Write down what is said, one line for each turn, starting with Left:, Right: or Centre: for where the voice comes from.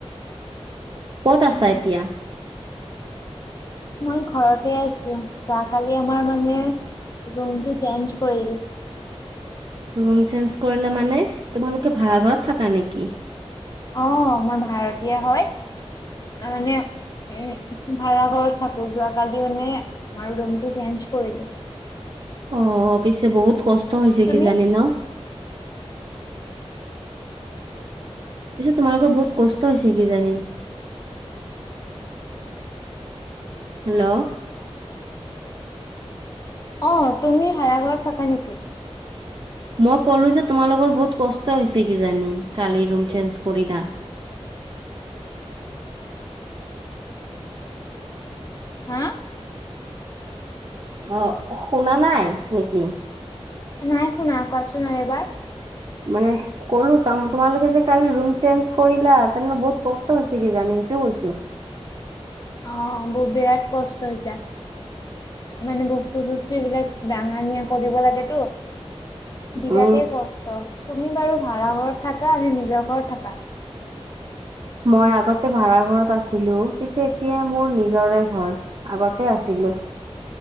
Right: ক'ত আছা
Left: উম
Right: এতিয়া?
Left: মই ঘৰতে আছো যাকালি আমাৰ মানে ৰুমটো চেঞ্জ কৰিলোঁ।
Right: ৰুম চেঞ্জ কৰিলে মানে তোমালোকে ভাড়া ঘৰত থাকা নেকি?
Left: অ', মই ভাৰতীয় হয়, মানে উম- ভাড়া ঘৰত থাকো যোৱা কালি মানে আমাৰ ৰুমটো চেঞ্জ কৰিলো।
Right: অ', -অ', - পিছে বহুত কষ্ট হৈছে
Left: তুমি
Right: কিজানি ন। পিছে তোমালোকৰ বহুত কষ্ট হৈছে কিজানি। হেল্ল'।
Left: অ' তুমি ভাড়াঘৰত থাকা নেকি?
Right: মই ক'লো যে তোমালোকৰ বহুত কষ্ট হৈছে কিজানি কালি ৰুম চেঞ্জ কৰিলা।
Left: হাঁ?
Right: অহ', - শুনা নাই নেকি?
Left: নাই শুনা, কওঁকচোন এইবাৰ?
Right: মানে- ক'লো তোমালোকে যে কালি ৰুম চেঞ্জ কৰিলা তেনেহ'লে বহুত কষ্ট হৈছে কি জানি সেইটোও কৈছো।
Left: অঁহ', -বেয়া বিৰাট কষ্ট হৈছে মানে বস্তু-চস্তু বিলাক- দাঙা নিয়া কৰিব লাগেটো বিৰাটেই
Right: উম।
Left: কষ্ট। তুমি বাৰু ভাড়া ঘৰত- থাকা নে নিজৰ ঘৰত থাকা?
Right: মই আগতে ভাড়া ঘৰত আছিলো পিছে এতিয়া মোৰ নিজৰে ঘৰ। আগতে আছিলোঁ।